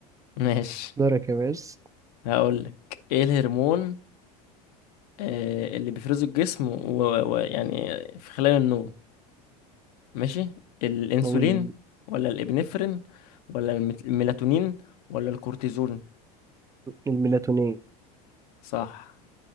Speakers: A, on the left; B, on the right.
A: ماشي
B: دورك يا باشا
A: هقول لك ايه الهرمون آه، اللي بيفرزه الجسم ويعني و... و- يعني في خلال النوم ماشي الانسولين
B: أقول
A: ولا الابنفرين ولا الميت- الميلاتونين ولا الكورتيزون
B: الميلاتونين
A: صح